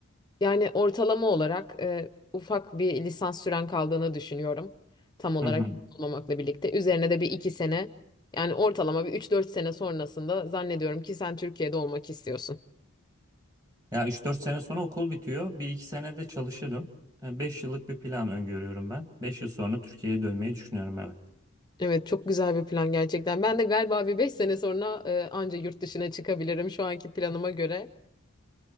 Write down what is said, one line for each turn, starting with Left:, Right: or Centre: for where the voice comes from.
Left: Yani ortalama olarak e, ufak bir lisans süren kaldığını düşünüyorum. Tam olarak
Right: Hı hı.
Left: olmamakla birlikte. Üzerine de bir iki sene yani ortalama bir üç dört sene sonrasında zannediyorum ki sen Türkiye'de olmak istiyorsun.
Right: Ya üç dört sene sonra okul bitiyor. Bir iki sene de çalışırım. E, 5 yıllık bir plan öngörüyorum ben. 5 yıl sonra Türkiye'ye dönmeyi düşünüyorum evet.
Left: Evet çok güzel bir plan gerçekten. Ben de galiba bir 5 sene sonra e, anca yurt dışına çıkabilirim şu anki planıma göre.